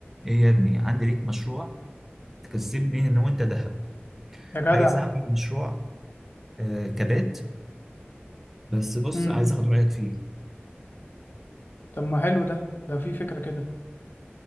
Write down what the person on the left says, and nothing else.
يا جدع
امم
طب ما حلو ده ده في فكرة كده